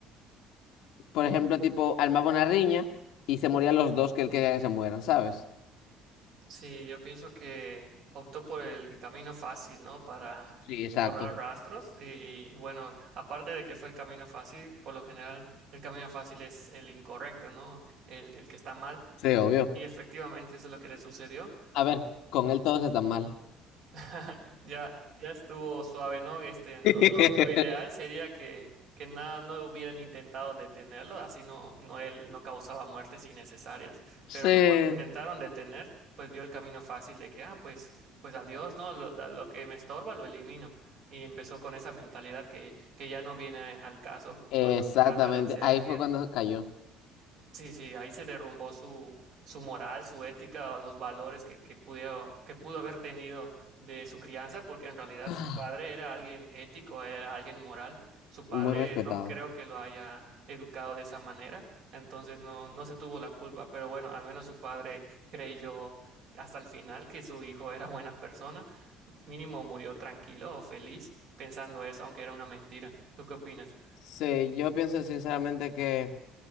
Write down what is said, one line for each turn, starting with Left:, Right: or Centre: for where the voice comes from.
Left: Por ejemplo, tipo, armaba una riña y se morían los dos que él quería que se mueran, ¿sabes?
Right: Sí, yo pienso que optó por el camino fácil, ¿no? Para
Left: Sí, exacto.
Right: borrar rastros y bueno, aparte de que fue el camino fácil, por lo general el camino fácil es el incorrecto, ¿no? El, el que está mal
Left: Sí, obvio.
Right: y efectivamente eso es lo que le sucedió.
Left: A ver, con él todos están mal.
Right: <laughs> Ya, ya estuvo suave, ¿no? Este, lo,
Left: <laughs>
Right: lo- lo ideal sería que, que nada, no hubieran intentado detenerlo, así no, no él no causaba muertes innecesarias,
Left: Sí.
Right: pero como lo intentaron detener, pues vio el camino fácil de que, ah, pues, pues adiós, ¿no? Lo, a lo que me estorba lo elimino. Y empezó con esa mentalidad que, que ya no viene al caso
Left: Exactamente,
Right: cuando se trata de hacer
Left: ahí
Right: el bien.
Left: fue cuando cayó.
Right: Sí, sí, ahí se derrumbó su, su moral, su ética, o los valores que, que pudo, que pudo haber tenido de su crianza, porque en realidad
Left: <sighs>
Right: su padre era alguien ético, era alguien moral. Su padre
Left: Muy respetado.
Right: no creo que lo haya educado de esa manera, entonces no, no se tuvo la culpa, pero bueno, al menos su padre creyó hasta el final que su hijo era buena persona. Mínimo murió tranquilo o feliz pensando eso, aunque era una mentira. ¿Tú qué opinas?
Left: Sí, yo pienso sinceramente que...